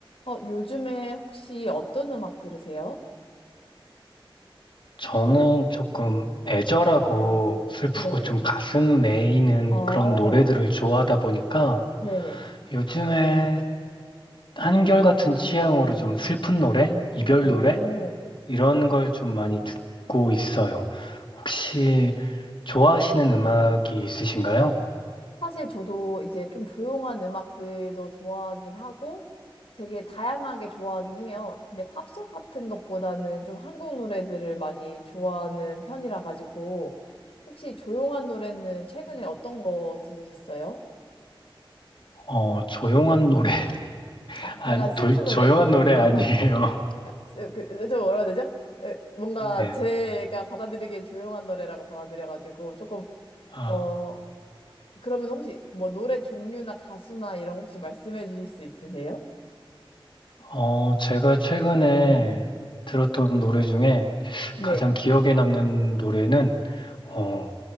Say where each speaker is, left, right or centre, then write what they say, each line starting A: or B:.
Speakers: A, on the left; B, on the left.
A: 어, 요즘에 혹시 어떤 음악 들으세요?
B: 저는 조금 애절하고 슬프고
A: 네네.
B: 좀 가슴 메이는
A: 어,
B: 그런 노래들을 좋아하다 보니까
A: 네네.
B: 요즘에 한결같은 취향으로 좀 슬픈 노래, 이별
A: 어,
B: 노래 이런 걸 좀 많이 듣고 있어요. 혹시 좋아하시는 음악이 있으신가요?
A: 네. 사실 저도 이제 좀 조용한 음악들도 좋아하긴 하고 되게 다양하게 좋아하긴 해요. 근데 팝송 같은 것보다는 좀 한국 노래들을 많이 좋아하는 편이라 가지고 혹시 조용한 노래는 최근에 어떤 거 들으셨어요?
B: 어, 조용한 노래 <laughs>
A: 아,
B: 아니,
A: 약간 슬픈
B: 도-
A: 노래?
B: 조용한 노래 아니에요.
A: 약간, 아, 저- 그, 좀 뭐라 해야 되죠? 에,
B: <laughs>
A: 뭔가
B: 네.
A: 제가 받아들이기엔 조용한 노래라고 받아들여가지고 조금
B: 아.
A: 어 그러면 혹시 뭐 노래 종류나 가수나 이런 거 혹시 말씀해 주실 수 있으세요?
B: 어, 제가 최근에 들었던 노래 중에
A: 네.
B: 가장 기억에 남는 노래는 어,